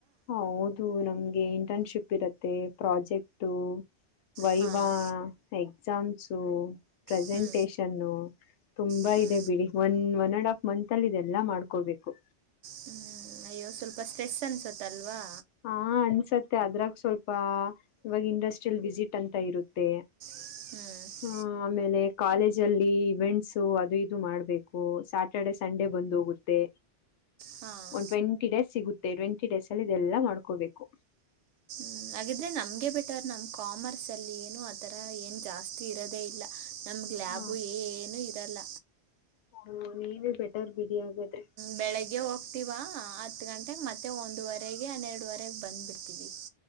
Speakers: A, on the left (about 80°); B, on the right (about 85°).
A: ಹೌದು ನಮ್ಗೆ ಇಂಟರ್ನ್ಶಿಪ್ ಇರತ್ತೆ ಪ್ರಾಜೆಕ್ಟ ವೈವಾ
B: ಹಾಂ
A: ಎಕ್ಸಾಮ್ಸು ಪ್ರೆಸೆಂಟೇಶನ್ನು
B: ಹ್ಞೂ
A: ತುಂಬಾ
B: ಹ್ಞೂ
A: ಇದೆ ಬಿಡಿ. One one and half month ಅಲ್ಲಿ ಇದೆಲ್ಲಾ ಮಾಡ್ಕೊಡ್ಬೇಕು.
B: ಹ್ಮ್ ಅಯ್ಯೋ ಸ್ವಲ್ಪ ಸ್ಟ್ರೆಸ್ ಅನ್ಸತ್ತ ಅಲ್ವಾ?
A: ಹ ಅನ್ಸತ್ತೆ ಅದ್ರಾಗ ಸ್ವಲ್ಪ್ ಇವಾಗ ಇಂಡಸ್ಟ್ರಿಯಲ್ ವಿಸಿಟ್ ಅಂತ ಇರುತ್ತೆ.
B: <unintelligible> ಹ್ಮ್
A: ಹ ಆಮೇಲೆ ಕಾಲೇಜ್ ಅಲ್ಲಿ ಇವೆಂಟ್ಸ್ ಅದು ಇದು ಮಾಡ್ಬೇಕು ಸಾ ಸಾಟರ್ಡೆ ಸಂಡೆ ಬಂದ್ ಹೋಗುತ್ತೆ.
B: ಹಾಂ
A: ಒಂದು ಟ್ವೆಂಟಿ ಡೇಸ್ ಸಿಗುತ್ತೆ ಟ್ವೆಂಟಿ ಡೇಸ್ ಅಲ್ಲಿ ಇದೆಲ್ಲಾ ಮಾಡ್ಕೋಬೇಕು.
B: ಹ್ಮ ಹಾಗಿದ್ರೆ ನಮ್ಗೆ ಬೆಟರ್ ನಮ್ ಕಾಮರ್ಸ್ ಅಲ್ಲಿ ಏನು ಆತರ ಏನ್ ಜಾಸ್ತಿ ಇರೋದೇ ಇಲ್ಲ. ನಮ್ಗ್ ಲ್ಯಾಬು
A: ಹಾ
B: ಏನುೂ ಇರಲ್ಲ.
A: ಹು ನೀವೇ ಬೆಟರ್ ಬಿಡಿ ಹಾಗಾದ್ರೆ.
B: ಬೆಳಿಗ್ಗೆ ಹೋಗ್ತಿೀವಾ ಹತ್ ಗಂಟೆೆಗೆ ಮತ್ತೆ ಒಂದುವರೆಗೆ ಹನ್ನೆರಡುವರೆಗೆ ಬಂದ್ ಬಿಿಡ್ತೀವಿ.